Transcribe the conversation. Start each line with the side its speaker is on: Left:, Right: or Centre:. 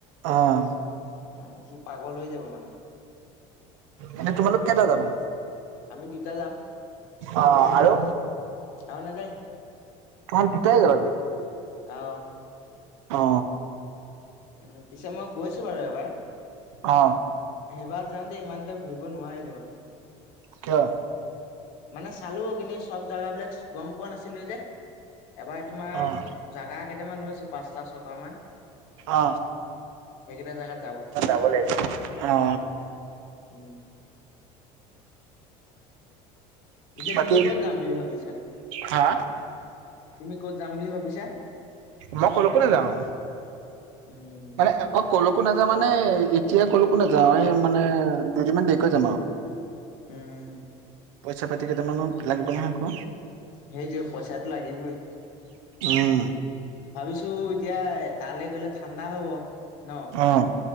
Right: অ',
Left: উম সি পাগল হৈ যাব মানে।
Right: এনেই তোমালোক কেইটা যাবা?
Left: আমি দুতা যাম
Right: অ', আৰু
Left: আৰু নেযায় -
Right: তহত দুটাই যাবি?
Left: অ।
Right: অ।
Left: উ পিছে মই গৈছো বাৰু এবাৰ।
Right: অ।
Left: সেইবাৰ যাওঁতে ইমান এটা ঘূৰিব নোৱাৰিলো।
Right: কিয়?
Left: মানে চালো কিন্তু চব জেগাবিলাক গম পোৱা নাছিলো যে। এবাৰ তোমাৰ
Right: অ',
Left: জাগা কেইটামান লৈছো পাঁচটা ছয়টা মান।
Right: অ।
Left: সেইকিটা জাগাত
Right: ত যাব লাগিব। অ
Left: উম পিছে
Right: বাকী
Left: তুমি ক'ত যাম বুলি ভাবিছা।
Right: হা
Left: তুমি কত যাম বুলি ভাবিছা।
Right: মই ক'লৈকো নাযাওঁ
Left: উম
Right: মানে অ কল'কো নাযাওঁ মানে মানে এতিয়া ক'ল'কো নাযাওঁ এই মানে দুদিনমান দেৰিকৈ যাম আৰু।
Left: উম'।
Right: পইচা পাতি কেইটামানো লাগিব নহয় আকৌ।
Left: সেইটোৱেই পইচাটো লাগিবই,
Right: উম,
Left: ভাবিছো তিয়া তালৈ গ'লে ঠাণ্ডা হব। ন
Right: অ',